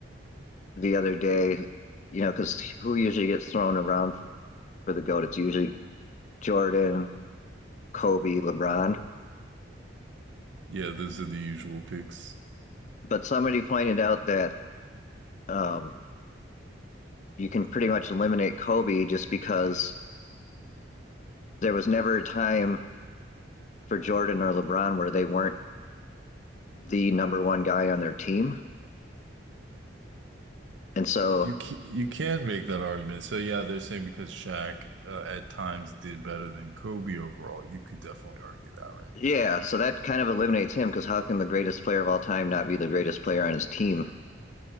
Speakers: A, on the left (about 40°); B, on the right (about 70°).
A: the other day. You know, because who usually gets thrown around for the goat? It's usually Jordan, Kobe, LeBron.
B: Yeah, those are the usual picks.
A: But somebody pointed out that um, you can pretty much eliminate Kobe just because there was never a time for Jordan or LeBron where they weren't the number one guy on their team. And so,
B: You can, you can make that argument. So yeah, they're saying because Shaq uh, at times did better than Kobe overall, you could definitely argue that, right?
A: yeah, so that kind of eliminates him because how can the greatest player of all time not be the greatest player on his team?